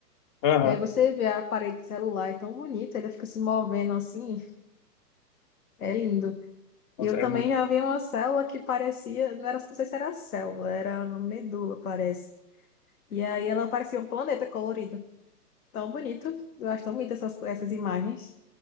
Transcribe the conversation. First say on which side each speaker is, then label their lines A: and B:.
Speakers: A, on the left; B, on the left.
A: Aham.
B: Aí você vê a parede celular, é tão bonita, ela fica se movendo assim, é lindo.
A: Nossa,
B: E eu também
A: é muito
B: já vi uma célula que parecia, não era, não sei se era célula, era uma medula, parece. E aí ela parecia um planeta colorido. Tão bonito, eu acho tão bonito essas, essas imagens.